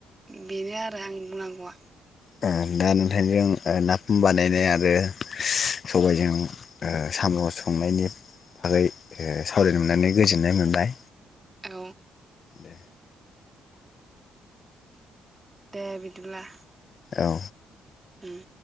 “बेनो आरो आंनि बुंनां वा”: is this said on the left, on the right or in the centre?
Right